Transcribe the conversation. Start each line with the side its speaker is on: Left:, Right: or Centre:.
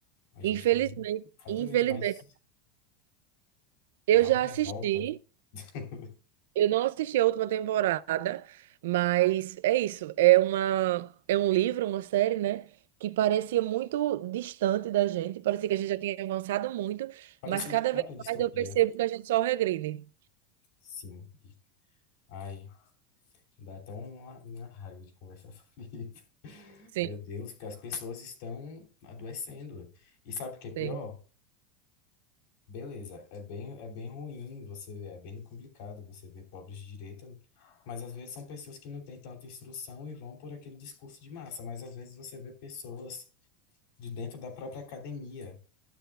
Left: a gente
Right: infelizmente,
Left: tá vendo cada
Right: infelizmente.
Left: vez mais
Right: Eu
Left: dar
Right: já
Left: uma
Right: assisti,
Left: revolta. <laughs>
Right: eu não assisti a última temporada, mas é isso, é uma é um livro, uma série, né, que parecia muito distante da gente, parecia que a gente já tinha avançado muito,
Left: Parecia
Right: mas cada
Left: de fato
Right: vez
Left: uma distopia.
Right: mais eu percebo que a gente só regride.
Left: Sim. Ai, dá até uma, uma raiva de conversar <laughs> sobre isso.
Right: Sim,
Left: Meu Deus, que as pessoas estão adoecendo. E sabe o que é pior?
Right: sim.
Left: Beleza, é bem, é bem ruim, você é bem complicado você ver pobres de direita, mas às vezes são pessoas que não têm tanta instrução e vão por aquele discurso de massa, mas às vezes você vê pessoas de dentro da própria academia,